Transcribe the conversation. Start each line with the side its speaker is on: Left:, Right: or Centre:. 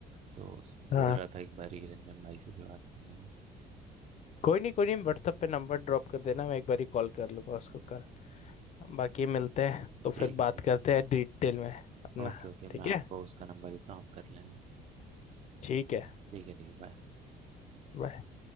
Right: तो उस-
Left: हाँ
Right: बोल रहा था एक बारी रंजन भाई से भी बात कर लेंगे
Left: कोई नहीं कोई नहीं व्हाट्सएप पे नंबर ड्रॉप कर देना मैं एक बार ही कॉल कर लूंगा उसको कर बाकी मिलते हैं तो
Right: ठीक
Left: फिर
Right: है
Left: बात
Right: ठीक
Left: करते
Right: है
Left: हैं डिटेल में अपना
Right: Okay okay
Left: ठीक
Right: मैं आपको
Left: है
Right: उसका नंबर देता हूँ आप कर लेना
Left: ठीक है
Right: ठीक है ठीक है बाय
Left: bye।